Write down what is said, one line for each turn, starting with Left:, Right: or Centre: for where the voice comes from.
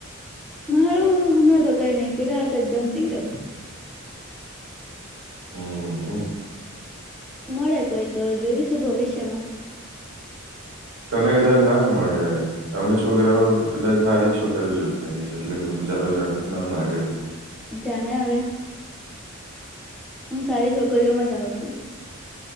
Centre: મારું હમણાં તો કઈ નહી ફિલહાલ તો એકદમ સિંગલ.
Right: હમ હ.
Centre: મળે કોઈ તો જોઈશું ભવિષ્યમાં.
Right: તને કદાચ ના મળે અમે છોકરાઓ કદાચ સારી જ છોકરી જો થઈ છે એટલે બ તારો ચાન્સ ના લાગે.
Centre: જા આવેવે હું સારી છોકરીઓમાં. જાઉં છું.